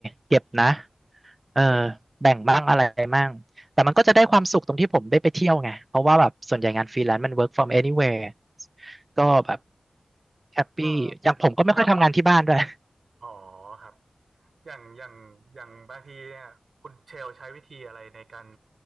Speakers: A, on the right; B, on the right.
A: เก็บนะเออแบ่งบ้างอะไรบ้างแต่มันก็จะได้ความสุขตรงที่ผมได้ไปเที่ยวไงเพราะว่าแบบส่วนใหญ่งานฟรีแลนซ์มัน
B: อืม
A: work from anywhere ก็แบบแฮปปี้อย่างผมก็ไม่ค่อยทำงานที่บ้านด้วย
B: ก็อ๋อครับ อย่างอย่างอย่างบางทีเนี่ยคุณเชลใช้วิธีอะไรในการ